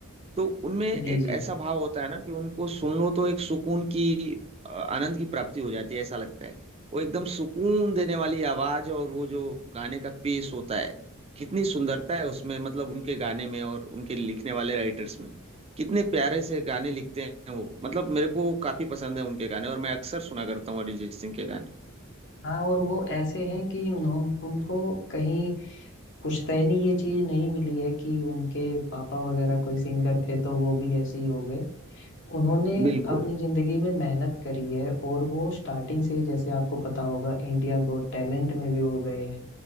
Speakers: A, on the right; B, on the left.
A: तो उनमें एक
B: जी जी
A: ऐसा भाव होता है ना कि उनको सुन लो तो एक सुकून की अ, आनंद की प्राप्ति हो जाती है ऐसा लगता है वो एकदम सुकून देने वाली आवाज और वो जो गाने का पेस होता है कितनी सुंदरता है उसमें मतलब उनके गाने में और उनके लिखने वाले राइटर्स में कितने प्यारे से गाने लिखते हैं वो मतलब मेरे को काफी पसंद है उनके गाने और मैं अक्सर सुना करता हूँ अरिजीत सिंह के गाने
B: हाँ और वो ऐसे हैं कि उन्हों उनको कहीं पुश्तैनी ये चीज नहीं मिली है कि उनके पापा वगैरह कोई सिंगर थे तो वो भी ऐसे ही हो गए उन्होंने
A: बिल्कुल
B: अपनी जिंदगी में मेहनत करी है और वो स्टार्टिंग से ही जैसे आपको पता होगा इंडिया गोट टैलेंट में भी वो गए हैं